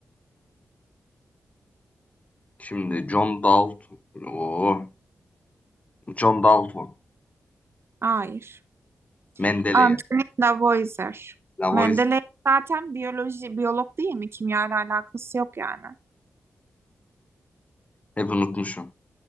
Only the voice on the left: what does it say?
Şimdi John Dalton. Oo, John Dalton.
Mendeley.
Lavois.
Hep unutmuşum.